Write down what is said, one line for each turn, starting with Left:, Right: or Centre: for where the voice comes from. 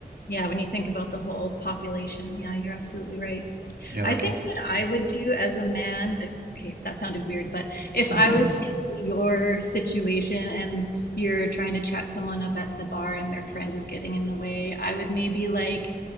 Left: Yeah, when you think about the whole population, yeah, you're absolutely right.
Right: Yeah, like
Left: I think
Right: I,
Left: what I
Right: yeah.
Left: would do as a man, like, okay, that sounded weird, but if
Right: <laughs>
Left: I was
Right: Mm,
Left: in your situation and you're trying to chat someone up at the bar and their friend is getting in the way, I would maybe like